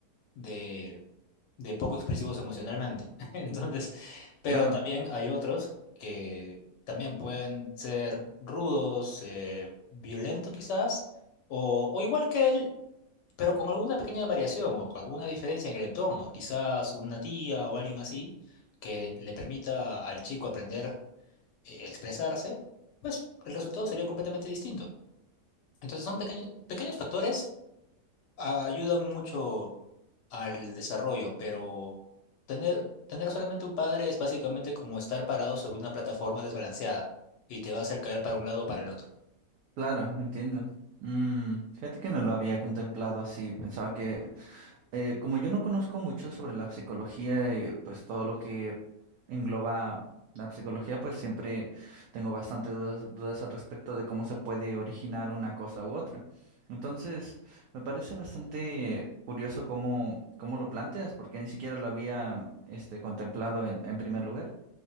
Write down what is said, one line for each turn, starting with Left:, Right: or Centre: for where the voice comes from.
Left: de, de poco expresivos emocionalmente. <laughs> Entonces, pero
Right: claro,
Left: también hay otros que también pueden ser rudos, eh, violentos quizás, o, o igual que él, pero con alguna pequeña variación o con alguna diferencia en el entorno, quizás una tía o alguien así que le permita al chico aprender eh, a expresarse, pues el resultado sería completamente distinto. Entonces son pequeños, pequeños factores, ah, ayudan mucho al desarrollo, pero tener, tener solamente un padre es básicamente como estar parado sobre una plataforma desbalanceada y te va a hacer caer para un lado o para el otro.
Right: claro, entiendo. Mm, fíjate que no lo había contemplado así, pensaba que eh, como yo no conozco mucho sobre la psicología y pues todo lo que engloba la psicología, pues siempre tengo bastante dudas, dudas al respecto de cómo se puede originar una cosa u otra. Entonces, me parece bastante curioso cómo, cómo lo planteas, porque ni siquiera lo había este, contemplado en, en primer lugar.